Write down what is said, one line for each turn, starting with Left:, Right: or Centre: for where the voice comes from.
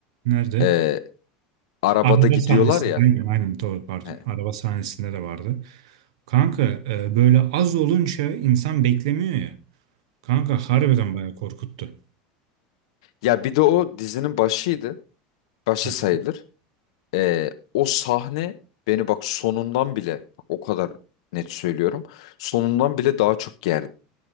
Right: Nerede?
Left: E, arabada
Right: Araba
Left: gidiyorlar
Right: sahnesinde
Left: ya.
Right: aynen, aynen doğru pardon.
Left: He.
Right: Araba sahnesinde de vardı. Kanka e, böyle az olunca insan beklemiyor ya. Kanka harbiden bayağı korkuttu.
Left: Ya bir de o dizinin başıydı. Başı
Right: Heh,
Left: sayılır. Ee, o sahne beni bak sonundan bile bak o kadar net söylüyorum. Sonundan bile daha çok gerdi.